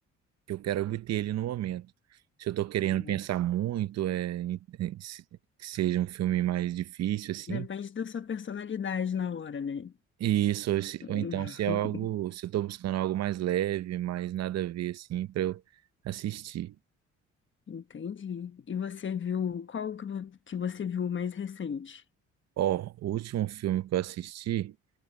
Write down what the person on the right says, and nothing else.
que eu quero obter ali no momento. Se eu estou querendo
pensar muito, é, em- em se- que seja um filme mais difícil assim.
E isso, ou se-
ou então se é algo, se eu estou buscando algo mais leve, mais nada a ver assim para eu assistir.
Ó, o último filme que eu assisti